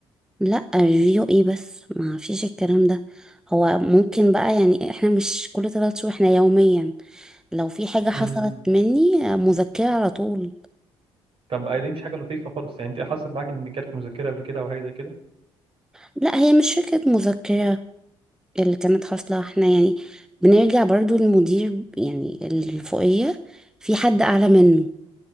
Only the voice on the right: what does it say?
امم
طب دي مش حاجه لطيفه خالص يعني انت حصلت معاك ان جالك مذكره قبل كده او حاجه زي كده